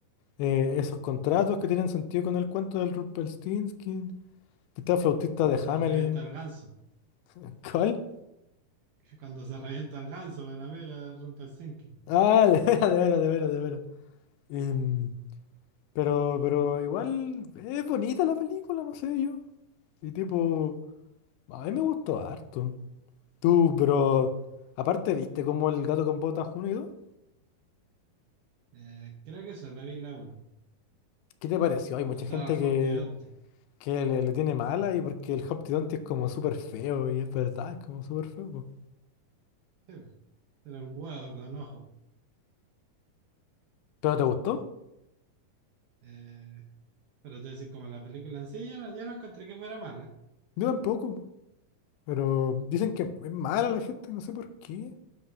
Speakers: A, on the left (about 85°); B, on the right (about 75°).
A: eh, esos contratos que tienen sentido con el cuento del Rumpelstiltskin. Que está el flautista
B: Cuando
A: de
B: se
A: Hamelin.
B: revienta el ganso.
A: <laughs> ¿Cuál?
B: <laughs> Cuando se revienta el ganso, pues, el amigo de Rumpelstiltskin.
A: Ah, de veras, de veras, de veras, de veras. Em, pero, pero igual es bonita la película, no sé yo. Y tipo, a mí me gustó harto. Tú, pero aparte, ¿viste cómo el gato con botas unido?
B: Eh, creo que eso, la vi la uno.
A: ¿Qué te pareció? Hay mucha
B: Donde estaba
A: gente
B: el
A: que,
B: Humpty Dumpty. Sí,
A: que le, le tiene mala y porque el Humpty Dumpty es como súper feo y es verdad, es como súper feo. po.
B: pues. Era un huevo con ojos.
A: ¿Pero te gustó?
B: Eh, pero te decir, como la película en sí, yo no, yo no encontré que fuera mala.
A: Yo tampoco, po. pero dicen que es mala la gente, no sé por qué.